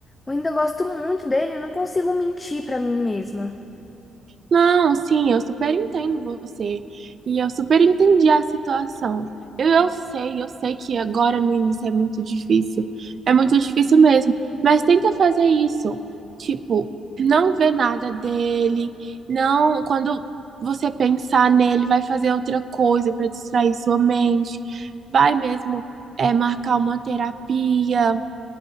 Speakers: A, on the left; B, on the right.
A: Eu ainda gosto muito dele, não consigo mentir pra mim mesma.
B: Não, sim, eu super entendo você e eu super entendi a situação. Eu, eu sei, eu sei que agora no início é muito difícil, é muito difícil mesmo, mas tenta fazer isso. Tipo, não ver nada dele, não, quando você pensar nele, vai fazer outra coisa para distrair sua mente, vai mesmo é, marcar uma terapia,